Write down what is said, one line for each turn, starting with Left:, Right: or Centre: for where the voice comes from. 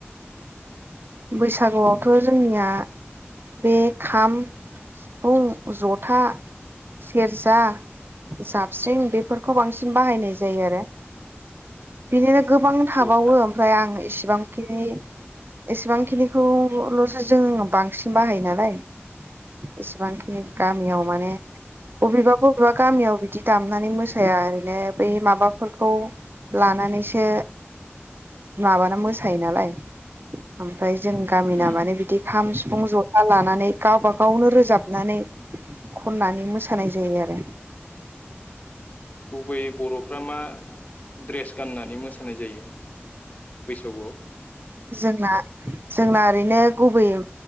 Right: बैसागुआवथ जोंनिया बे खाम सिफुं जथा सेरजा जाबस्रिं बेफोरखौ बांसिन बाहायनाय जायो आरो। <unintelligible> गोबां थाबावो
Left: जथा
Right: ओमफ्राय आं इसिबांखिनि एसेबांखिनिखौलसो जोंनाव बांसिन बाहायो नालाय एसेबांखिनि गामियाव माने अबेबाबो बा गामियाव बिदि दामनानै मोस साया ओरैनो बै माबाफोरखौ लानानैसो माबाना मोसायो नालाय। ओमफ्राय जों गामिना
Left: उम
Right: माने बिदि खाम सिफुं ज <unintelligible> लानानै गावबा गावनो रोजाबनानै खननानै मोसानाय जायो आरो।
Left: गुबै बर'फ्रा मा द्रेस गाननानै मोसानाय जायो बैसागुआव।
Right: जोंना जोंना ओरैनो गुबैयै